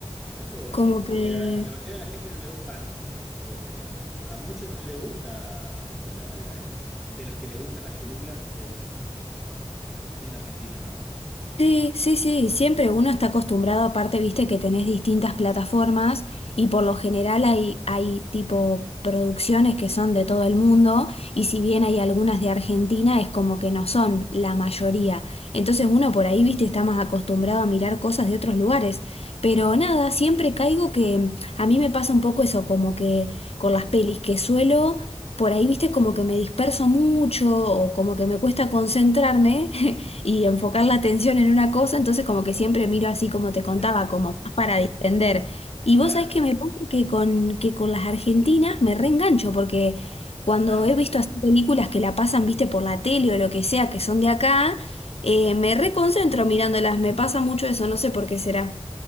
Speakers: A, in the centre; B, on the left.
A: mirá qué bueno.
B: como
A: Porque
B: que...
A: a a la mayoría de la gente no le gusta. no sé si a la mayoría, pero a muchos no le gusta mu- la- la- el- de los que le gustan las películas el, el cine argentino, ¿no?
B: Sí, sí, sí, siempre uno está acostumbrado, aparte, viste que tenés distintas plataformas y por lo general hay, hay tipo producciones que son de todo el mundo y si bien hay algunas de Argentina es como que no son la mayoría. Entonces uno por ahí, viste, está más acostumbrado a mirar cosas de otros lugares. Pero nada, siempre caigo que a mí me pasa un poco eso, como que con las pelis que suelo... Por ahí, viste, como que me disperso mucho o como que me cuesta concentrarme y enfocar la atención en una cosa, entonces como que siempre miro así como te contaba,
A: <laughs>
B: como más para distender. Y
A: Claro.
B: vos sabés que me pasa que con, que con las argentinas me reengancho, porque cuando
A: Ah.
B: he visto así películas que la pasan, viste, por la tele o lo que sea, que son de acá, eh, me reconcentro mirándolas, me pasa mucho eso, no sé por qué será.